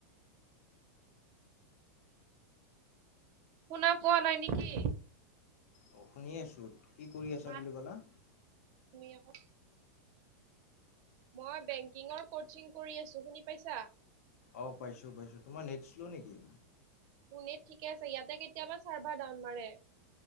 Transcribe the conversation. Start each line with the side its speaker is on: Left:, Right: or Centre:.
Right: শুনা পোৱা নাই নেকি?
Left: অঁ' শুনি আছোঁ, কি কৰি আছা
Right: মাত
Left: বুলি ক'লা?
Right: তুমি আকৌ। মই বেংকিঙৰ ক'চিং কৰি আছোঁ, শুনি পাইছা?
Left: অঁ' পাইছোঁ পাইছোঁ, তোমাৰ নেট শ্লো নেকি?
Right: মোৰ নেট ঠিকে আছে, ইয়াতে কেতিয়াবা চাৰ্ভাৰ ডাউন মাৰে।